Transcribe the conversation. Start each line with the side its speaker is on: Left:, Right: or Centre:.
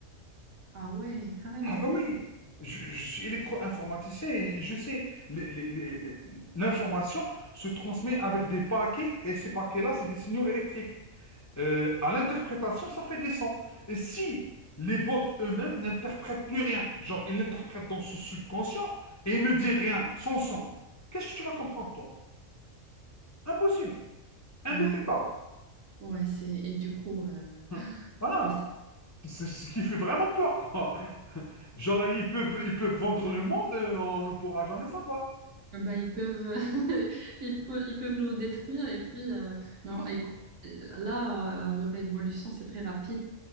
Right: Ah ouais, carrément.
Left: Ah ben oui, je, je suis électro-informaticien et je sais, les- les- les- les- l'information se transmet avec des paquets et ces paquets-là, c'est des signaux électriques euh, à l'interprétation, ça fait des sons. Et si les bots eux-mêmes n'interprètent plus rien, genre ils l'interprètent dans son subconscient et ils ne disent rien, sans son, qu'est-ce que tu vas comprendre, toi? Impossible, indétectable.
Right: Ouais, ouais, c'est et du coup, euh,
Left: <laughs> Voilà.
Right: je sais.
Left: C'est ce qui fait vraiment peur, quoi. Genre, ils peuvent, ils peuvent vendre le monde, euh, on ne pourra jamais savoir.
Right: Ah bah, ils peuvent, <laughs> ils peuvent, ils peuvent nous détruire. Et puis, euh, non,
Left: Voilà.
Right: écoute, euh, là, euh, leur évolution, c'est très rapide.